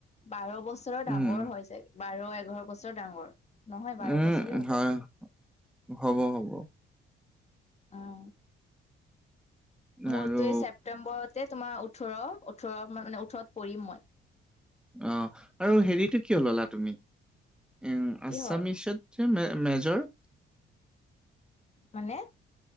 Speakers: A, on the left; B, in the centre.
A: বাৰ বছৰৰ
B: উম,
A: ডাঙৰ হয় চাগে বাৰ এঘাৰ বছৰ ডাঙৰ নহয় বাৰ
B: উম
A: বছৰে হ'ব
B: হয় হব হ'ব
A: অ মোৰতো
B: আৰু
A: এই ছেপ্তেম্বৰতে তোমাৰ ওঠৰ ওঠৰ মানে ওঠৰত পৰিম মই
B: অ আৰু হেৰিটো কিয় ললা তুমি উম
A: কি
B: আছামিচত
A: হয়
B: যে মেজৰ
A: মানে